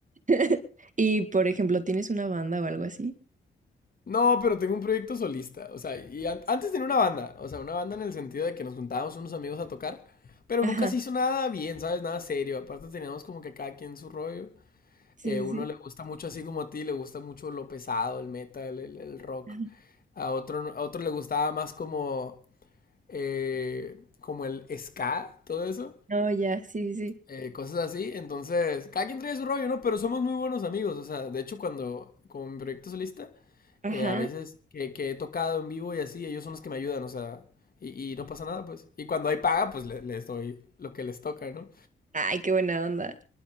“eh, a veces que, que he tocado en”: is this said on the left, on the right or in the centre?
Left